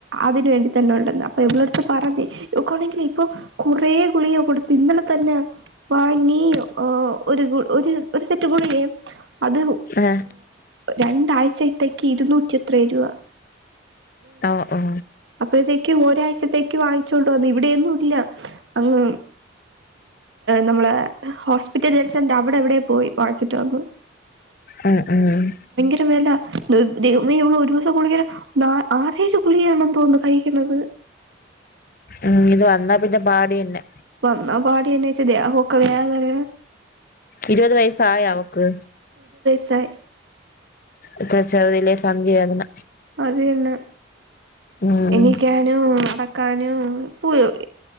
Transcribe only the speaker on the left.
ആ
ഓ ഓ
ഉം ഉം
ഉം ഇത് വന്നാ പിന്നെ പാടന്നെ
ഇരുപത് വയസായ അവക്ക്
എത്ര ചെറതില്ലേ സന്ധി വേദന
ഉം